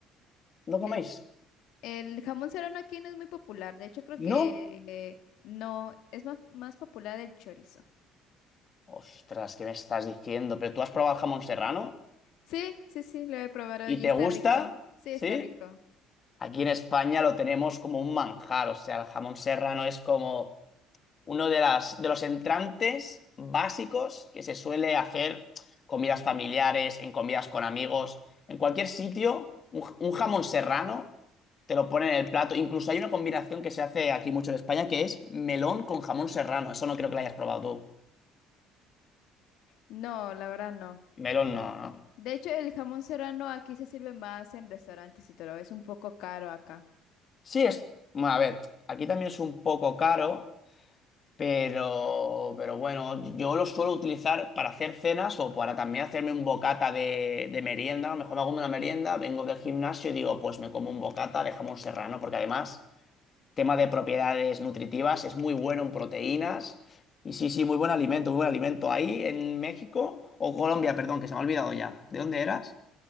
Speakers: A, on the left; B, on the left.
A: ¿No
B: el,
A: coméis?
B: el jamón serrano aquí no es muy popular. De hecho, creo
A: ¿No?
B: que eh, no, es más, más popular el chorizo.
A: Ostras, ¿qué me estás diciendo? ¿Pero tú has probado el jamón serrano?
B: Sí, sí, sí, lo he probado
A: ¿Y
B: y
A: te
B: está
A: gusta?
B: rico. Sí, está
A: ¿Sí?
B: rico.
A: Aquí en España lo tenemos como un manjar, o sea, el jamón serrano es como uno de las, de los entrantes básicos que se suele hacer comidas familiares, en comidas con amigos, en cualquier sitio, un, j- un jamón serrano te lo ponen en el plato. Incluso hay una combinación que se hace aquí mucho en España que es melón con jamón serrano. Eso no creo que lo hayas probado tú.
B: No, la verdad no.
A: Melón no, no.
B: De hecho, el jamón serrano aquí se sirve más en restaurantes y todo. Es un poco caro acá.
A: Sí, es, bueno, a ver, aquí también es un poco caro. Pero, pero bueno, yo lo suelo utilizar para hacer cenas o para también hacerme un bocata de, de merienda. A lo mejor me hago una merienda, vengo del gimnasio y digo, pues me como un bocata de jamón serrano, porque además, tema de propiedades nutritivas, es muy bueno en proteínas. Y sí, sí, muy buen alimento, muy buen alimento. Ahí en México, o Colombia, perdón, que se me ha olvidado ya. ¿De dónde eras?